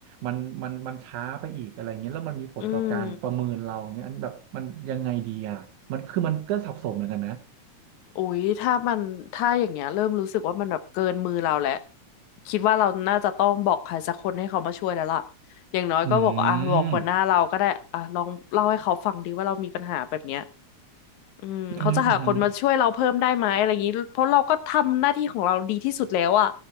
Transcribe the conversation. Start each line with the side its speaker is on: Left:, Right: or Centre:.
Right: มันมันมันช้าไปอีกอะไรเงี้ยแล้วมันมีผลต่อการประเมินเราเนี่ยอันแบบมันยังไงดีอ่ะมันคือมันก็สับสนเหมือนกันนะ
Left: อืมอุ๊ยถ้ามันถ้าอย่างเงี้ยเริ่มรู้สึกว่ามันแบบเกินมือเราแล้วคิดว่าเราน่าจะต้องบอกใครสักคนให้เขามาช่วยแล้วล่ะอย่างน้อยก็บอกว่าอ่ะบอกหัวหน้าเราก็ได้อ่ะลองเล่าให้เขาฟังดีว่าเรามีปัญหาแบบเนี้ย
Right: อืม
Left: อืมเขาจะหาคนมาช่วยเราเพิ่มได้ไหมอะไรอย่างนี้เพราะเราก็ทำหน้าที่ของเราดีที่สุดแล้วอะ
Right: อืมอหืมออือหือ